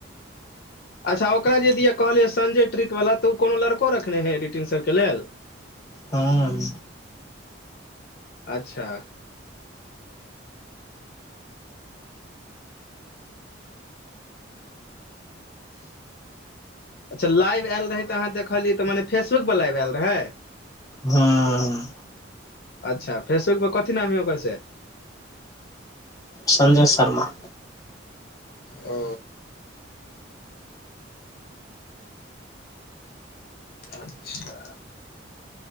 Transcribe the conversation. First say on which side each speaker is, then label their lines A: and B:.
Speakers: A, on the left (about 50°); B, on the left (about 20°).
A: अच्छा ओकरा जे दि कहलियै संजय ट्रिक वला तऽ ओ कोनो लड़को रखने है एडिटिंग सभके लेल
B: हँ
A: अच्छा अच्छा लाइव आयल रह तऽ अहाँ देखलियै तऽ मने फेबक पर लाइव आयल रहै
B: हँ
A: अच्छा फेसबुक पर कथी नाम है ओकर से
B: संजय शर्मा
A: ओ अच्छा